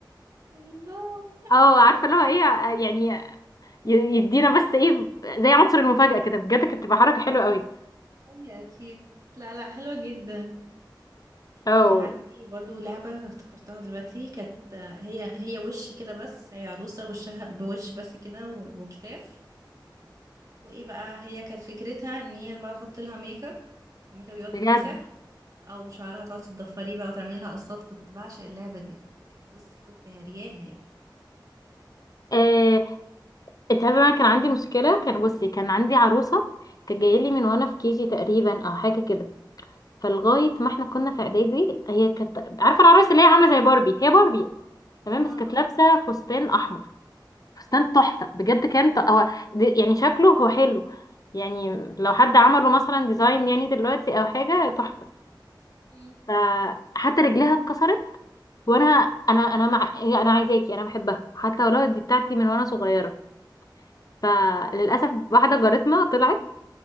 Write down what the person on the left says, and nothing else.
اه عارفه اللي هو ايه يعني ي- يدينا بس ايه زي عنصر المفاجاه كده بجد كانت بتبقى حركه حلوه قوي
اه
بجد
آه، انت عارفه انا كان عندي مشكله كان بصي كان عندي عروسه كانت جايه لي من وانا في كيجي تقريبا او حاجه كده فلغايه
ما احنا كنا في اعدادي هي كانت عارفه العرايس اللي هي عامله زي باربي هي باربي تمام
بس كانت
لابسه فستان احمر فستان تحفه بجد كان ت- هو د- يعني شكله هو حلو يعني لو حد عمله مثلا ديزاين يعني دلوقتي او حاجه تحفه
فحتى رجليها اتكسرت وانا انا انا مع انا عايزاكي انا بحبها حتى ولو دي بتاعتي من وانا صغيره فللاسف واحده جارتنا طلعت